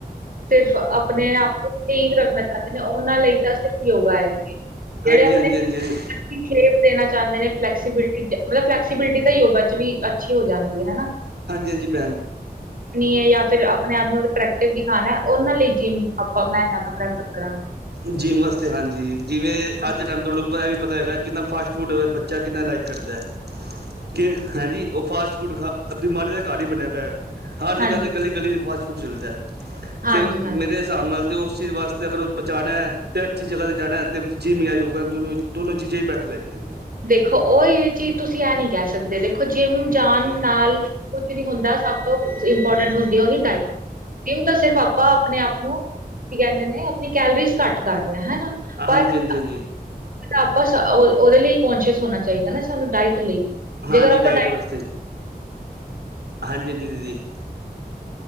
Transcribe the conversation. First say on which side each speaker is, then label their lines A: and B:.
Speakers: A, on the right (about 60°); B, on the right (about 85°).
A: ਸਿਰਫ ਆਪਣੇ ਆਪ ਨੂੰ ਠੀਕ ਰੱਖਣਾ ਚਾਹੁੰਦੇ ਨੇ, ਉਹਨਾਂ ਲਈ ਤਾਂ ਸਿਰਫ ਯੋਗਾ ਹੈ। ਜਿਹੜੇ
B: ਹਾਂਜੀ-
A: ਆਪਣੇ
B: ਹਾਂਜੀ-ਹਾਂਜੀ-ਹਾਂਜੀ।
A: ਸ਼ੇਪ ਦੇਣਾ ਚਾਂਦੇ ਨੇ, ਫਲੈਕਸੀਬਿਲਟੀ ਮਤਲਬ, ਫਲੈਕਸੀਬਿਲਿਟੀ ਤਾਂ ਯੋਗਾ 'ਚ ਵੀ ਅੱਛੀ ਹੋ ਜਾਂਦੀ ਹੈ, ਹਨਾ।
B: ਹਾਂਜੀ-ਹਾਂਜੀ, ਭੈਨ।
A: ਨੀ ਆ, ਯਾ ਫਿਰ ਆਪਣੇ ਆਪ ਨੂੰ ਅਟਰੈਕਟਿਵ ਦਿਖਾਣਾ ਉਹਨਾਂ ਲਈ ਜਿੰਮ ਆਪਾਂ ਮੈਂ, ਜ਼ਿਆਦਾ ਪ੍ਰੈਫਰ ਕਰਾਂਗੀ।
B: ਜਿੰਮ ਵਸਤੇ ਹਾਂਜੀ, ਜਿਵੇਂ
A: ਹਾਂ,
B: ਅੱਜ ਦੇ ਟਾਈਮ ਤੁਹਾਨੂੰ ਐ ਵੀ ਪਤਾ ਹੈਗਾ, ਕਿੰਨਾ ਫਾਸਟ-ਫੂਡ ਵੇ ਬੱਚ ਬੱਚਾ ਕਿੰਨਾ ਲਾਈਕ ਕਰਦਾ। ਕਿ ਹਾਂਜੀ, ਉਹ ਫਾਸਟ-ਫੂਡ ਖਾ, ਬਿਮਾਰੀ ਦਾ ਘਰ ਹੀ ਬਣਿਆ ਪਿਆ।
A: ਹਾਂਜੀ,
B: ਗਲੀ- ਗਲੀ'ਚ ਫਾਸਟਫੂਡ ਚਲਦਾ
A: ਹਾਂਜੀ,
B: ਤੇ,
A: ਹਾਂਜੀ।
B: ਮੇਰੇ ਹਿਸਾਬ ਨਾਲ ਅਤੇ ਉਸ ਚੀਜ਼ ਵਾਸਤੇ ਅਗਰ ਉਹ ਬਚਾਣਾ, ਅਤੇ ਅੱਛੀ ਜਗਾ 'ਤੇ ਜਾਣਾ ਅਤੇ ਜਿਮ, ਯਾਂ ਯੋਗਾ ਤੁਹਾਨੂੰ ਦੋਨੋ ਚੀਜ਼ਾਂ ਹੀ ਬੈਟਰ ਹੈਗੀਆ ਨੇ।
A: ਦੇਖੋ, ਉਹ ਇਹ ਚੀਜ਼ ਤੁਸੀਂ ਇਹ ਨਹੀਂ ਕਹਿ ਸਕਦੇ, ਦੇਖੋ ਜਿੰਮ ਜਾਣ ਨਾਲ ਕੁਛ ਨੀ ਹੁੰਦਾ, ਸਭ ਤੋਂ ਇੰਪੋਰਟੈਂਟ ਹੁੰਦੀ ਆ, ਉਹਦੀ ਡਾਇਟ। ਜਿੰਮ ਤਾਂ ਸਿਰਫ ਆਪ ਆਪਾਂ ਆਪਣੇ ਆਪ ਨੂੰ, ਕੀ ਕਹਿੰਦੇ ਨੇ ਆਪਣੀ ਕੈਲਰੀਜ਼ ਘੱਟ ਕਰ ਰਹੇ ਹਾਂ, ਹਨਾ। ਪਰ
B: ਹਾਂਜੀ ਹਾਂਜੀ ਹਾਂਜੀ
A: ਆਪਾਂ ਉਹਦੇ ਲਈ ਕੋਂਸ਼ੀਅਸ ਹੋਣਾ ਚਾਹੀਦਾ ਨਾ, ਸਾਨੂੰ ਡਾਇਟ ਲਈ। ਜੇਕਰ
B: ਹਾਂਜੀ,
A: ਆਪਾਂ
B: ਡਾਇਟ ਵਾਸਤੇ। ਹਾਂਜੀ-ਹਾਂਜੀ, ਦੀਦੀ।